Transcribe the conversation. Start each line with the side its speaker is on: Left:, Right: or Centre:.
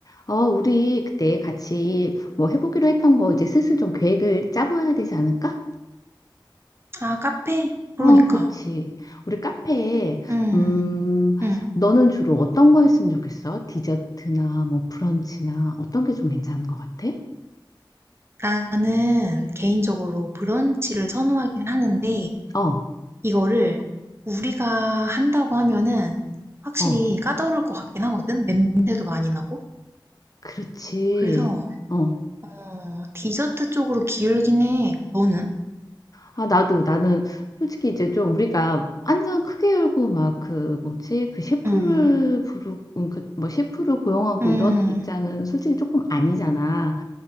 Left: 어, 우리 그때 같이 뭐 해보기로 했던 거 이제 슬슬 좀 계획을 짜봐야 되지 않을까?
Right: 아, 카페? 그러니까.
Left: 어, 그치. 우리 카페에,
Right: 음,
Left: 음,
Right: 음.
Left: 너는 주로 어떤 거 했으면 좋겠어? 디저트나 뭐 브런치나 어떤 게 좀 괜찮은 것 같아?
Right: 나는 개인적으로 브런치를 선호하긴 하는데,
Left: 어,
Right: 이거를 우리가 한다고 하면은 확실히
Left: 어,
Right: 까다로울 것 같긴 하거든? 냄새도 많이 나고.
Left: 그렇지.
Right: 그래서,
Left: 어.
Right: 어, 디저트 쪽으로 기울긴 해. 너는?
Left: 아, 나도, 나는 솔직히 이제 좀 우리가 완전 크게 열고 막 그 뭐지? 그 셰프를
Right: 음,
Left: 부르, 그뭐 셰프를 고용하고
Right: 음,
Left: 이러는 입장은 솔직히 조금 아니잖아.